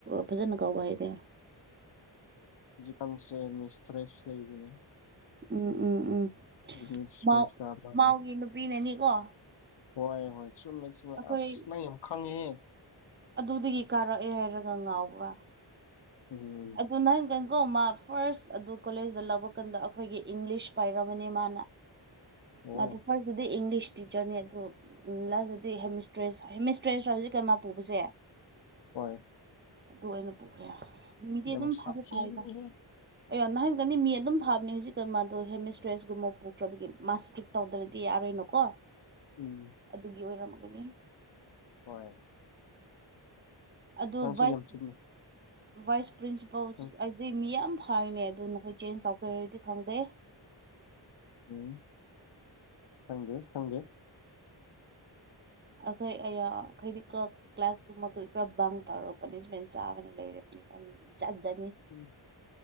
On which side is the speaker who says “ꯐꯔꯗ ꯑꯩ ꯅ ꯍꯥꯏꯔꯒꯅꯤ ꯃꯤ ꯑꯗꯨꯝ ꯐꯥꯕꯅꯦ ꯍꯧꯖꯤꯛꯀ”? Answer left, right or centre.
Right